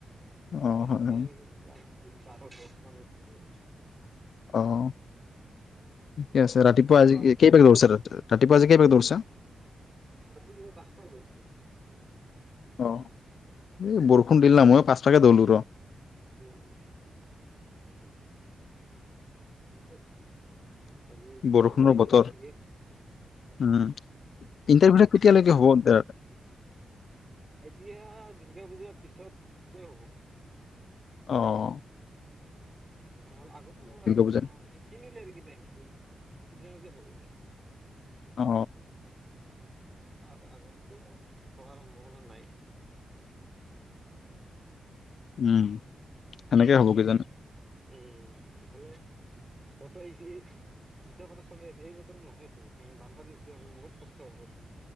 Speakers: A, on the left; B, on the right.
A: অ
B: লাষ্ট
A: হয় হয়
B: টাইম, বাৰ <unintelligible>
A: অ ঠিকে আছে,
B: বহুত
A: ৰাতিপুৱা
B: দিন হ'ল
A: আজি
B: চোৱাই নাই
A: কেইটা বজা দৰিছে ৰাতিপুৱা আজি? কেইবাৰ দৌৰিছা।
B: আজি মই পাঁচটাত দৌৰিছো,
A: অ। এই বৰষুণ দিলে মইয়ো পাঁচটাতে দৌৰো ৰ।
B: উম। <unintelligible>
A: বৰষুণৰ বতৰ উম। ইণ্টাৰভিউ কেতিয়ালৈকে হব তাৰ।
B: এতিয়া দূৰ্গা পূজাৰ পিছতে হব।
A: অহ
B: উম তেনেহলে আগতো নোৱাৰে,
A: পূজাত
B: অ সেইখিনিতে এৰি দিবাইন, সিজাই সিজাই খাব।
A: অ
B: তাৰ আগত তো হোৱাৰ সম্ভাৱনা নাই।
A: উম সেনেকে হব কি জান।
B: উম মানে বতৰ এইখিনিত যিটীয়া বতৰ চলি আহিছে, এই বতৰ নহয়তো মানে বানপানীু যেতিয়া হব বহুত কষ্ট হব।